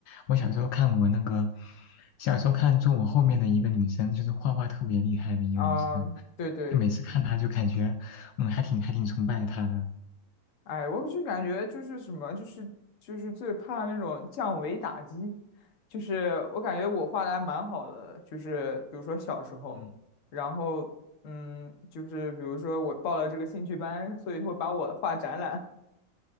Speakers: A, on the left; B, on the left.
A: 我小时候看我那个，小时候看坐我后面的一个女生，就是画画特别厉害的一个女生，
B: <laughs> 啊，对对，
A: 就每次看她就感觉，嗯，还挺还挺崇拜她的。
B: 哎，我就感觉就是什么，就是就是最怕那种降维打击，就是我感觉我画的还蛮好的，就是比如说小时候，
A: 嗯
B: 然后嗯，就是比如说我报了这个兴趣班，所以会把我画展览，